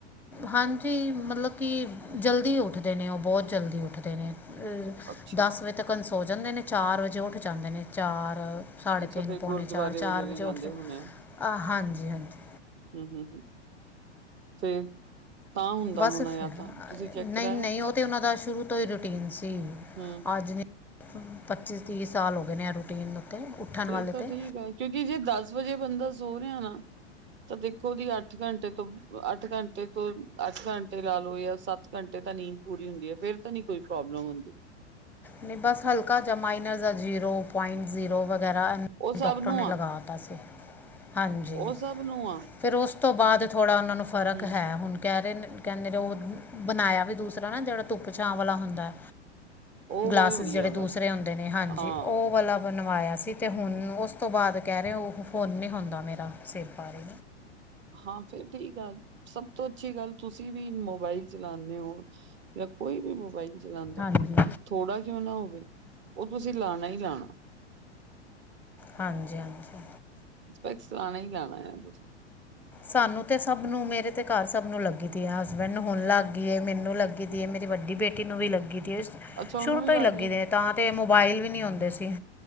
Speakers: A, in the centre; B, on the right.
A: ਹਾਂਜੀ ਮਤਲਬ ਕਿ ਜਲਦੀ ਉੱਠਦੇ ਨੇ ਉਹ ਬਹੁਤ ਜਲਦੀ ਉੱਠਦੇ ਨੇ।
B: ਅੱਛਾ
A: ਦੱਸ ਵਜੇ ਤੱਕਨ ਸੋ ਜਾਂਦੇ ਨੇ ਚਾਰ ਵਜੇ ਉੱਠ ਜਾਂਦੇ ਨੇ ਚਾਰ ਸਾਢੇ
B: ਅੱਛਾ
A: ਤਿੰਨ
B: ਫਿਰ
A: ਪੌਣੇ
B: ਗੁਰਦੁਆਰੇ
A: ਚਾਰ
B: ਵਗੈਰਾ
A: ਚਾਰ ਵਜੇ
B: ਜਾਂਦੇ
A: ਉੱਠ
B: ਹੋਣੇ ਆ
A: ਆਹ ਹਾਂਜੀ-ਹਾਂਜੀ।
B: ਹੂੰ ਹੂੰ ਹੂੰ, ਫੇਰ ਤਾਂ ਹੁੰਦਾ
A: ਬਸ
B: ਹੋਣਾ
A: ਫਿਰ-
B: ਆ ਤਾਂ ਤੁਸੀਂ ਚੈੱਕ ਕਰਾਇਆ?
A: ਨਹੀਂ ਨਹੀਂ ਉਹ ਤੇ ਉਹਨਾਂ ਦਾ ਸ਼ੁਰੂ ਤੋਂ ਹੀ ਰੂਟੀਨ ਸੀ।
B: ਹੂੰ
A: ਅੱਜ ਨਹੀਂ ਪੱਚੀ ਤੀਹ ਸਾਲ ਹੋ ਗਏ ਨੇ ਆ ਰੂਟੀਨ ਉੱਤੇ ਉੱਠਣ
B: ਫੇਰ
A: ਵਾਲੇ
B: ਤਾਂ
A: ਤੇ
B: ਠੀਕ ਆ ਕਿਉਂਕਿ ਜੇ ਦਸ ਵਜੇ ਬੰਦਾ ਸੋ ਰਿਹਾ ਨਾ, ਤਾਂ ਦੇਖੋ ਉਹਦੀ ਅੱਠ ਅੱਠ ਘੰਟੇ ਤੋਂ ਅੱਠ ਘੰਟੇ ਤੋਂ ਅੱਠ ਘੰਟੇ ਲਾ ਲਓ ਜਾਂ ਸੱਤ ਘੰਟੇ ਤਾਂ ਨੀਂਦ ਪੂਰੀ ਹੁੰਦੀ ਹੈ ਫੇਰ ਤਾਂ ਨੀ ਕੋਈ ਪ੍ਰੋਬਲਮ ਹੁੰਦੀ
A: ਨਹੀ ਬਸ ਹਲਕਾ ਜਿਹਾ ਮਾਈਨਰ ਦਾ ਜ਼ੀਰੋ ਪੁਆਇੰਟ ਜ਼ੀਰੋ ਵਗੈਰਾ
B: ਉਹ ਸਭ
A: ਡਾਕਟਰ
B: ਨੂੰ
A: ਨੇ
B: ਆ
A: ਲਗਾ ਤਾ ਸੀ ਹਾਂਜੀ।
B: ਉਹ ਸਭ ਨੂੰ ਆ
A: ਫਿਰ ਉਸ ਤੋਂ ਬਾਦ ਥੋੜ੍ਹਾ ਉਹਨਾਂ ਨੂੰ ਫ਼ਰਕ
B: ਹਮ
A: ਹੈ ਹੁਣ। ਕਹਿ ਰਹੇ ਨੇ ਕਹਿੰਦੇ ਨੇ ਉਹ ਬਣਾਇਆ ਵੀ ਦੂਸਰਾ ਨਾ ਜਿਹੜਾ ਧੁੱਪ ਛਾਂ ਵਾਲਾ ਹੁੰਦਾ।
B: ਉਹ
A: ਗਲਾਸਿਸ
B: ਬਹੁਤ ਵਧੀਆ
A: ਜਿਹੜੇ ਦੂਸਰੇ
B: ਗਾ
A: ਹੁੰਦੇ ਨੇ ਹਾਂਜੀ
B: ਹਾਂ
A: ਉਹ ਵਾਲਾ ਬਣਵਾਇਆ ਸੀ ਤੇ ਹੁਣ ਉਸ ਤੋ ਬਾਦ ਕਹਿ ਰਹੇ ਉਹ ਹੁਣ ਨੀ ਹੁੰਦਾ ਮੇਰਾ ਸਿਰ ਪੀੜ।
B: ਹਾਂ ਫੇਰ ਠੀਕ ਆ। ਸਭ ਤੋਂ ਅੱਛੀ ਗੱਲ ਤੁਸੀਂ ਵੀ ਮੋਬਾਈਲ ਚਲਾਉਦੇ ਹੋ ਜਾਂ ਕੋਈ ਵੀ ਮੋਬਾਈਲ ਚਲਾਉਦਾ
A: ਹਾਂਜੀ
B: ਥੋੜਾ ਕਿਉ ਨਾ ਹੋਵੇ ਉਹ ਤੁਸੀ ਲਾਉਣਾ ਹੀ ਲਾਉਣਾ।
A: ਹਾਂਜੀ-ਹਾਂਜੀ
B: ਸਪੈਕਸ ਲਾਣਾ ਹੀ ਲਾਣਾ ਆ ਤੁਸੀ।
A: ਸਾਨੂੰ ਤੇ ਸਭ ਨੂੰ ਮੇਰੇ ਤੇ ਘਰ ਸਭ ਨੂੰ ਲੱਗੀ ਦੀ ਹਸਬੈਂਡ ਹੁਣ ਲੱਗ ਗਈ ਏ ਮੈਨੂੰ ਲੱਗੀ ਦੀ ਏ ਮੇਰੀ ਵੱਡੀ ਬੇਟੀ ਨੂੰ ਵੀ ਲੱਗੀ ਤ
B: ਅੱਛਾ
A: ਸ਼ੁਰੂ
B: ਉਹਨੂੰ ਵੀ
A: ਤੋਂ
B: ਲੱਗ
A: ਹੀ ਲੱਗੀ
B: ਗਈ
A: ਦੇ ਤਾਂ ਤੇ ਮੋਬਾਇਲ ਵੀ ਨੀ ਹੁੰਦੇ ਸੀ।